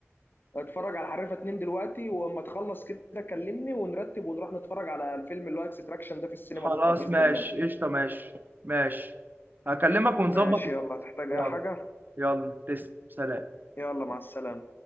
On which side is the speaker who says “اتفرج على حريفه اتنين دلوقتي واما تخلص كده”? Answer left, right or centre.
Left